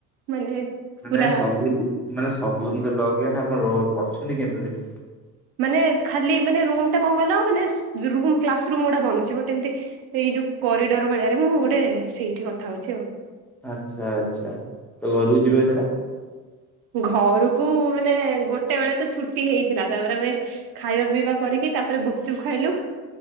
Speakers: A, on the right; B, in the centre.
A: ମାନେ
B: ମାନେ
A: ପୁରା
B: ସବୁ ମାନେ ସବୁ ଏମିତି ଲକ୍ ହେଇଗଲେ ଆପଣ ଅଛନ୍ତି କେମତି ସେଠି?
A: ମାନେ ଖାଲି ମାନେ ରୁମ ଟା ଫାଙ୍କା ଗଲା ହ ମାନେ ରୁମ୍ କ୍ଲାସ ରୁମ ଗୁଟା ବନୁଛି ବଟ ଏମିତି ଏଇ ଯୋଉ କରିଡର ଭଳିଆରେ ମୁଁ ଗୋଟେ ସେଇଠି କଥା ହଉଛି ଆଉ।
B: ଆଚ୍ଛା ଆଚ୍ଛା ତ ଘରକୁ ଯିବେ କେତବେଳେ?
A: ଘରକୁ ମାନେ ଗୋଟେ ବେଳେ ତ ଛୁଟି ହେଇଥିଲା ତାପରେ ଆମେ ଖାଇବା ପିଇବା କରିକି ତାପରେ ଗୁପଚୁପ୍ ଖାଇଲୁ